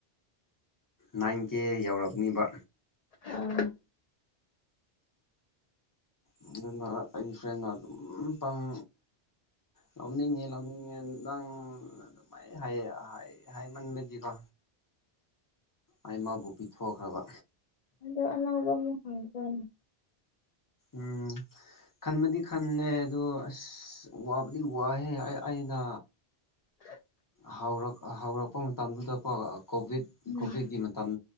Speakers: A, on the left; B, on the left.
A: ꯅꯥꯏꯟ ꯀꯦ ꯌꯧꯔꯑꯅꯤꯕ
B: ꯑꯥ
A: ꯑꯗꯨꯅ ꯑꯩ ꯐ꯭ꯔꯦꯟꯅ ꯑꯗꯨꯝ ꯄꯥꯡ ꯂꯧꯅꯤꯡꯉꯦ ꯂꯧꯅꯤꯡꯉꯦ ꯅꯪ ꯑꯗꯨꯃꯥꯏꯅ ꯍꯥꯏꯌꯦ ꯍꯥꯏꯃꯟꯕꯒꯤꯀꯣ ꯑꯩꯃꯕꯨ ꯄꯤꯊꯣꯛꯈ꯭ꯔꯕ
B: ꯑꯗ ꯑꯅꯕ ꯑꯃꯨꯛ ꯍꯪꯖꯅꯤ
A: ꯎꯝ ꯈꯟꯕꯗꯤ ꯈꯜꯂꯦ ꯑꯗꯣ ꯑꯁ ꯋꯥꯕꯨꯗꯤ ꯋꯥꯍꯦ ꯑꯩꯅ
B: <inaudible>
A: ꯍꯧꯔꯛ ꯍꯧꯔꯛꯄ ꯃꯇꯝꯗꯨꯗ ꯀꯣꯚꯤꯠ
B: ꯎꯝ
A: ꯀꯣꯚꯤꯠꯀꯤ ꯃꯇꯝ